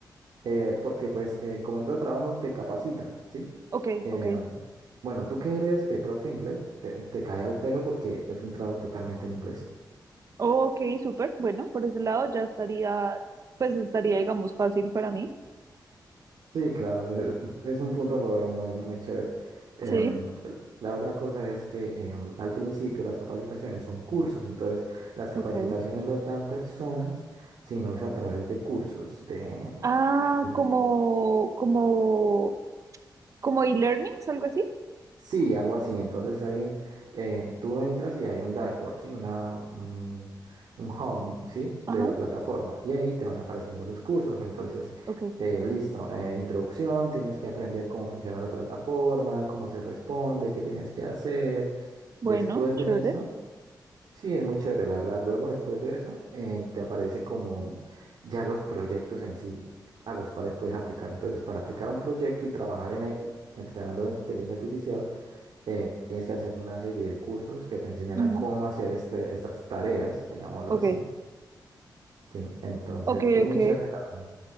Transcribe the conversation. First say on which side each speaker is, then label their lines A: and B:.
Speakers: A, on the right; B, on the right.
A: eh, porque pues eh, como en todo trabajo te capacitan, ¿sí?
B: ok,
A: Eh,
B: ok.
A: bueno, tú que eres eh, profe de inglés, te, te cae al pelo porque es un trabajo totalmente en inglés.
B: Ok, súper. Bueno, por ese lado ya estaría, pues estaría, digamos, fácil para mí.
A: Sí, claro, eh, <laughs> es un punto a favor muy, muy chévere. Em,
B: Sí,
A: la otra cosa es que em, al principio las capacitaciones son cursos, entonces las capacitaciones
B: ok.
A: los dan personas, sino es a través de cursos, de,
B: Ah,
A: de-
B: como, como, como e-learnings, algo así.
A: Sí, algo así. Entonces ahí eh, tú entras y hay un dashboard, ¿sí? Una, un, un home, ¿sí? De
B: Ajá,
A: la plataforma. Y ahí te van apareciendo los cursos. Entonces,
B: ok.
A: eh, listo, eh, de introducción, tienes que aprender cómo funciona la plataforma, cómo se responde, qué tienes que hacer.
B: Bueno,
A: Después
B: chévere.
A: de eso, sí, es muy chévere, la verdad. Luego, después de eso, em, te aparece como ya los proyectos en sí a los cuales puedes aplicar. Entonces, para aplicar un proyecto y trabajar en él, entrenando la inteligencia artificial, eh, tienes que hacer una serie de cursos que te enseñan
B: Ujú.
A: a cómo hacer este, estas tareas, digámoslo
B: Ok,
A: así. Sí, entonces
B: ok,
A: es muy
B: ok.
A: chévere, la verdad.